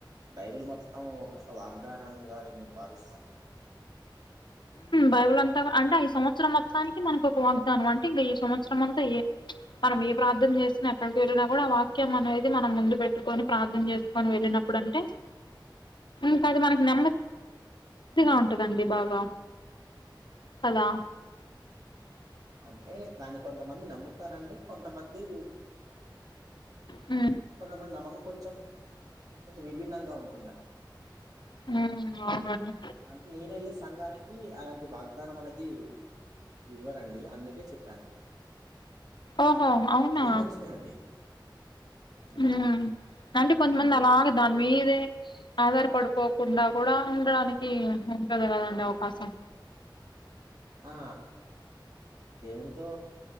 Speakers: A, on the right (about 45°); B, on the left (about 65°).
A: బైబుల్ మొత్తం ఒక వాగ్దానంగా నేను భావిస్తాను
B: బైబుల్ అంతా అంటే అ సంవత్సరం మొత్తానికి మనకు ఒక వాగ్దానం అంటే ఇంకా ఈ సంవత్సరం అంతా మనం ఏ ప్రార్థన చేసినా ఎక్కడికి వెళ్ళినా కూడా ఆ వాక్యం అనేది మనం ముందు పెట్టుకని ప్రార్థన చేసుకొని వెళ్ళినప్పుడు అంటే ఇంకా అది మనకు నెమ్మ దిగా ఉంటుందండి బాగా కదా
A: అంటే దాన్ని కొంతమంది నమ్ముతారండి కొంతమంది
B: ఉ
A: కొంతమంది నమ్మకం కొంచెం కొంచెం విభిన్నంగా ఉంది
B: ఉమ్ అవునండి
A: అంటే నేనే వెళ్ళ సంఘానికి అలాంటి వాగ్దానం అనే అది ఇవ్వరండి అందుకే చెప్పాను
B: ఓహో అవునా
A: అది మంచిదేనండి. హ్మ్.
B: ఉమ్ అంటే కొంతమంది అలాగ దాని మీదే ఆధార్ పడిపోకుండా కూడా ఉండడానికి ఉంటది కదండి అవకాశం
A: ఆ దవుడుతో